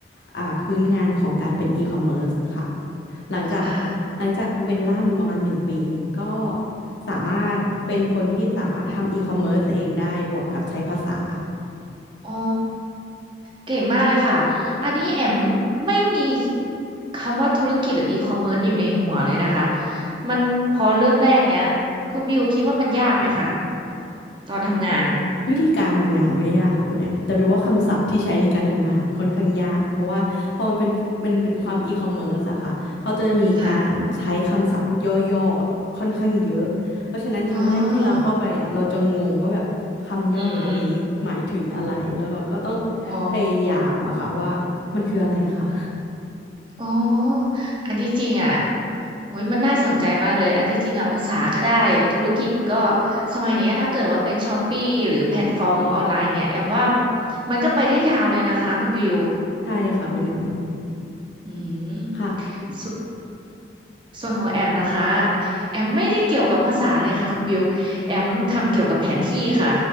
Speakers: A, on the left; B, on the right.
A: อ่าพื้นงานของการเป็นอีคอมเมิร์ซค่ะหลังจาก
B: ค่ะ
A: หลังจากเป็นล่ามอยู่ประมาณหนึ่งปีก็สามารถเป็นคนที่สามารถทำอีคอมเมิร์ซเองได้บวกกับใช้ภาษา
B: อ๋อเก่งมากเลยค่ะอันนี้แอมไม่มีคำว่าธุรกิจหรืออีคอมเมิร์ซอยู่ในหัวเลยนะคะมันพอเริ่มแรกเนี้ยคุณบิวคิดว่ามันยากไหมคะตอนทำงาน
A: วิธีการทำงานไม่ยากค่ะคุณแอมแต่บิวว่าคำศัพท์ที่ใช้ในการทำงานค่อนข้างยากเพราะว่าพอมันเป็นเป็นเป็นความอีคอมเมิร์ซอะค่ะเขาจะมีการใช้คำศัพท์ย่อๆค่อนข้างเยอะเพราะฉะนั้นครั้งแรกที่เราเข้าไปอะเราจะงงว่าแบบคำย่อคำนี้หมายถึงอะไรแล้วเราก็ต้อง
B: อืมค่ะอ่าอืมอ๋อ
A: พยายามอะค่ะว่ามันคืออะไรคะ
B: อ๋ออันที่จริงอ่ะโอ้ยมันน่าสนใจมากเลย อันที่จริงอ่ะภาษาก็ได้ ธุรกิจก็สมัยเนี้ยถ้าเกิดว่าเป็นช้อปปี้หรือแพลตฟอร์มออนไลน์เงี้ยแอมว่ามันก็ไปได้ยาวเลยนะคะคุณบิว
A: ใช่ค่ะคุณแอม
B: อืม
A: ค่ะ
B: สส่วนของแอมนะคะ แอมไม่ได้เกี่ยวกับภาษาเลยค่ะคุณบิว แอมทำเกี่ยวกับแผนที่ค่ะ